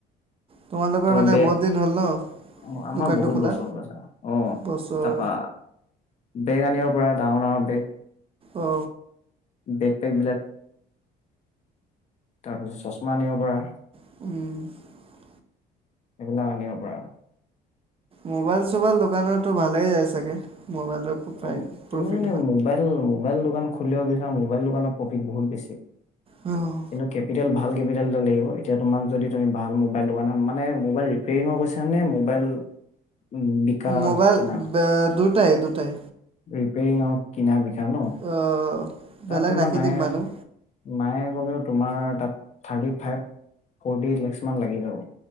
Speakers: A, on the right; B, on the left.
A: তোমালোকৰ
B: তাৰপা
A: মানে
B: বে
A: বহুত দিন হ'ল ন
B: অ আমাৰ
A: দোকানটো
B: বহুত
A: খোলা
B: বছৰ কছে আহ
A: বছৰ
B: তাৰাপা বেগ আনিব পৰা ডাঙৰ ডাঙৰ বেগ
A: অ
B: বেগ পেগ বিলাক তাৰপিছত চশমা নিব পৰা
A: উম
B: সেইবিলাক আনিব পৰা
A: মোবাইল চোবাইল দোকানততো ভালেইয় চাগে মোবাইলৰ প্ৰায়
B: অ তুমি
A: প্ৰফিট
B: মানে মোবাইল মোবাইল দোকান খুলিব বিচাৰ মোাইল দোকানত প্ৰফিট বহুত বেছি
A: অ',
B: কিন্তু কেপিটেল ভাল ভাল কেপিটেল এটা লাগিব এতিয়া তোমাক যদি তুমি ভাল মোবাইল দোকানখন মানে মোবাইল ৰিপেয়ৰিঙৰ কৈছা নে মোবাইল উ বিকা
A: মোবাইল
B: কিনাৰ
A: দুটাই দুটাই
B: ৰিপেৰিং আওঁ কিনা বি তা ন
A: বেলেগ
B: তাত তোমাৰ
A: ৰাখি
B: নাই
A: দিম মানুহ
B: নায় তোমাৰাত থাৰটি ফইব ফৰ্টি লেস্ক মানলাগি যাব